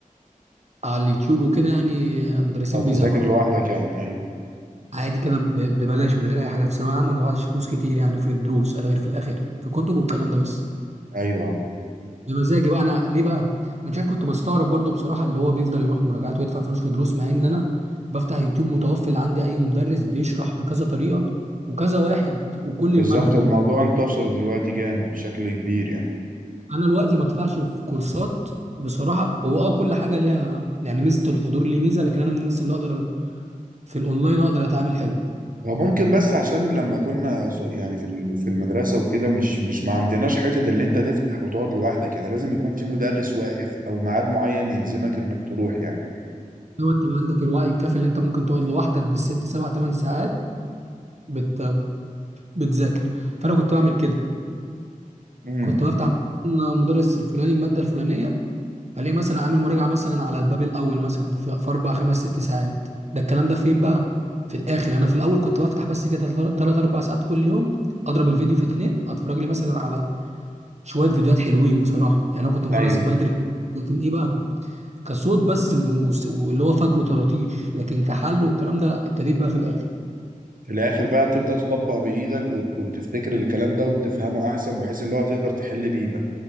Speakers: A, on the right; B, on the right.
A: على اليوتيوب وكده يعني مدرسين
B: أو تذاكر
A: بيذاكروا
B: لوحدك يعني ايوه
A: عادي كده ب- ببلاش من غير اي حاجه أنا في ثانويه عامه ما دفعتش فلوس كتير يعني في الدروس على غير في الاخر في كتب والكلام ده بس
B: ايوه
A: بمزاجي بقى انا ليه بقى انا شايف كنت بستغرب برضو بصراحه اللي هو بيفضل يروح مراجعات ويدفع فلوس في دروس مع ان انا بفتح يوتيوب متوفر عندي اي مدرس بيشرح بكذا طريقه وكذا واحد وكل
B: بالظبط
A: المنهج
B: الموضوع انتشر دلوقتي جامد بشكل كبير يعني
A: انا دلوقتي ما ادفعش في كورسات بصراحه هو اه كل حاجه ليها يعني ميزه الحضور ليه ميزه لكن انا من الناس اللي اقدر في الاونلاين اقدر اتعامل حلو
B: هو ممكن بس عشان لما كنا ص- يعني في ال- في المدرسة وكده مش مش ما عندناش حتة اللي انت تفتح وتقعد لوحدك يعني لازم يكون في مدرس واقف او ميعاد معين يلزمك انك تروح يعني
A: لو انت ما عندك الوعي الكافي اللي انت ممكن تقعد لوحدك بالست سبع ثمان ساعات بت... بتذاكر فانا كنت بعمل كده
B: امم
A: كنت بفتح مدرس الفلاني الماده الفلانيه الاقي مثلا عامل مراجعه مثلا على الباب الاول مثلا في, في اربع خمس ست ساعات ده الكلام ده فين بقى في الاخر انا في الاول كنت بفتح بس كده ثلاث اربع ساعات كل يوم اضرب الفيديو في اتنين اتفرج لي مثلا على شويه فيديوهات حلوين بصراحه يعني انا كنت مخلص
B: ايوه
A: بدري لكن ايه بقى كصوت بس م- واللي هو فاكره طراطيش لكن كحل والكلام ده لا ابتديت بقى في الاخر
B: في الاخر بقى تبدأ تطبق بايدك وت- وتفتكر الكلام ده وتفهمه احسن بحيث اللي هو تقدر تحل بيه بقى